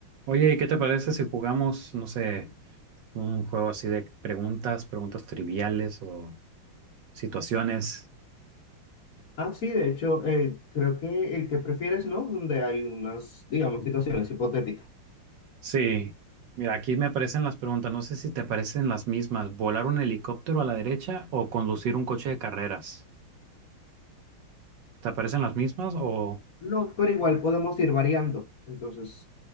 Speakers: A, on the right; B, on the left.
A: Oye, ¿qué te parece si jugamos, no sé, un juego así de preguntas, preguntas triviales o situaciones?
B: Ah, sí, de hecho, eh, creo que el que prefieres, ¿no? Donde hay unas, digamos, situaciones hipotéticas.
A: Sí, mira, aquí me aparecen las preguntas, no sé si te aparecen las mismas, volar un helicóptero a la derecha o conducir un coche de carreras. ¿Te aparecen las mismas o
B: No, pero igual podemos ir variando. Entonces,